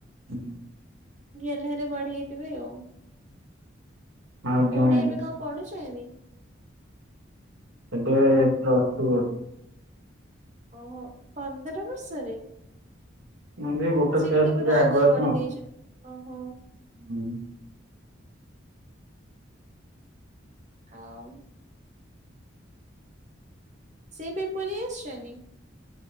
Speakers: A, on the right; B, on the right.
A: ହୁଁ।
B: ଗେହ୍ଲାରେ ବଢେଇଥିବେ ଆଉ।
A: ଆଜ୍ଞା
B: ଭଉଣୀ
A: ଆଜ୍ଞା
B: ଏବେ କଣ ପଢୁଛ ମି?
A: ଏବେ ପ୍ଲସଟୁ ପଢୁଚି।
B: ଓହୋ ପନ୍ଦର ବର୍ଷରେ!
A: ମୁଁ ବି ଗୋଟେ
B: ସେ
A: କ୍ଲାସ
B: ଟିକିଏ
A: ଟିକେ
B: ବୋଧେ ଆଗୁଆ ପଢି
A: ତ।
B: ଦେଇଚନ୍ତି। ଓହୋ।
A: ହୁଁ।
B: ହଁମ। ସେ ବି ପଳେଇ ଆସିଛନ୍ତି?